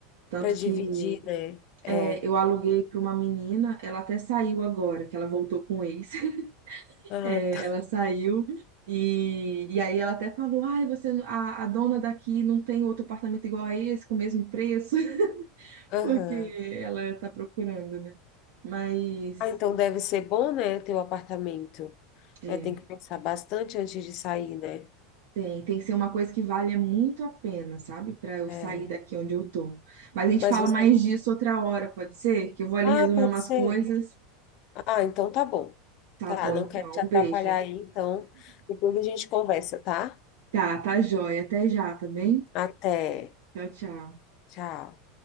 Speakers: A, on the right; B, on the left.
A: Tanto
B: Para dividir,
A: que
B: né? É.
A: É, eu aluguei para uma menina, ela até saiu agora, que ela voltou com o ex. <laughs>
B: Ah,
A: É,
B: tá.
A: ela saiu e, e aí ela até falou: Ai, você, não- a, a dona daqui não tem outro apartamento igual a esse, com o mesmo preço, <laughs>
B: Aham.
A: porque ela tá procurando, né? Mas
B: Ah, então deve ser bom, né, teu apartamento.
A: é,
B: É, tem que pensar bastante antes de sair, né?
A: tem, tem que ser uma coisa que valha muito a pena, sabe? Para eu
B: É.
A: sair daqui onde eu tô. Mas a gente
B: Mas
A: fala
B: você.
A: mais disso outra hora, pode ser? Que eu vou ali
B: Ah,
A: resolver
B: pode
A: umas
B: ser.
A: coisas.
B: Ah, então tá bom.
A: Tá
B: Tá,
A: bom,
B: não
A: então,
B: quero te atrapalhar
A: um beijo.
B: aí, então depois a gente conversa, tá?
A: Tá, tá jóia. Até já, tá bem?
B: Até.
A: Tchau, tchau.
B: Tchau.